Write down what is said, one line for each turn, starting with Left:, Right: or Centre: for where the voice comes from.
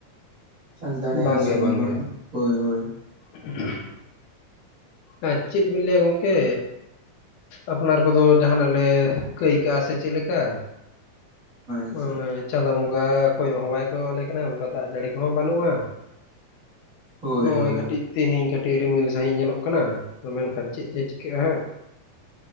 Right: ᱪᱟᱥ ᱫᱟᱲᱮᱭᱟᱜ
Left: ᱵᱟᱝᱜᱮ
Right: ᱥᱮ ᱵᱚᱵᱚᱱ
Left: ᱵᱟᱝᱜᱮ
Right: ᱨᱚᱦᱚᱭ, ᱦᱳᱭ ᱦᱳᱭ᱾
Left: <unintelligible> ᱟᱨ ᱪᱮᱫ ᱵᱤᱱ ᱞᱟᱹᱭᱟ ᱜᱚᱝᱠᱮ᱾ ᱟᱯᱱᱟᱨ ᱠᱚᱫᱚ ᱡᱟᱦᱟᱱᱟᱜ ᱞᱮ ᱠᱟᱹᱭ ᱠᱟᱜᱼᱟ ᱥᱮ ᱪᱮᱫ ᱞᱮᱠᱟ᱾
Right: ᱟᱪᱪᱷᱟ
Left: ᱢᱟᱱᱮ ᱪᱟᱸᱫᱚ ᱵᱚᱸᱜᱟ ᱠᱚᱭᱚᱜ ᱦᱚᱸ ᱵᱟᱭ ᱠᱚᱭᱚᱜ ᱟᱞᱮ ᱠᱟᱱᱟ ᱚᱱᱠᱟ ᱫᱟᱜ ᱡᱟᱹᱲᱤ ᱠᱚᱦᱚᱸ ᱵᱟᱹᱱᱩᱜᱼᱟ᱾
Right: ᱦᱳᱭ
Left: ᱱᱚᱜᱼᱚᱭ
Right: ᱦᱳᱭ
Left: ᱠᱟᱹᱴᱤᱡ ᱛᱮᱦᱮᱧ ᱠᱟᱹᱴᱤᱡ ᱨᱤᱢᱤᱞ ᱥᱟᱺᱦᱤᱡ ᱧᱮᱞᱚᱜ ᱠᱟᱱᱟ ᱢᱮᱱᱠᱷᱟᱱ ᱪᱮᱫ ᱡᱮ ᱪᱤᱠᱟᱹᱜᱼᱟ ᱦᱟᱸᱜ᱾